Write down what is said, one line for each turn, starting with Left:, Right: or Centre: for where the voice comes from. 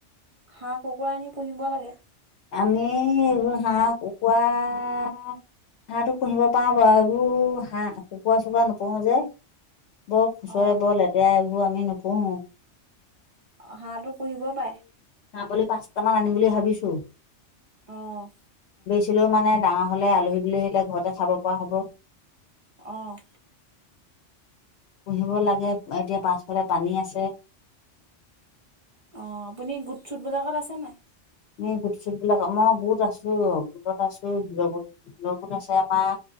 Right: হাঁহ, কুকুৰা আনি পুহিব লাগে।
Left: আমি এইবোৰ হাঁহ কুকুৰা হাঁহটো পুহিব পাওঁ বাৰু এইবোৰ হাঁহ কুকুৰা চুকুৰা নোপোহো যে বৰ খুচৰে
Right: অ
Left: বৰ লেতেৰা এইবোৰ আমি নুপুহু।
Right: অ হাঁহটো পুহিব পাই
Left: আ বুলি পাঁচটামান আনিম বুলি ভাবিছো
Right: আহ
Left: ছিলেও মানে ডাঙৰ হ'লে আলহী দিলে সেইবিলাক ঘৰতে খাব পৰা হ'ব।
Right: অ',
Left: পুহিব লাগে এতিয়া পাছফালে পানী আছে
Right: অ আপুনি গুট চুট বিলাকত আছে নাই
Left: এনে গোট চুট বিলাক মই বোত আছো গোটত আছো গো গোট আছে আমাৰ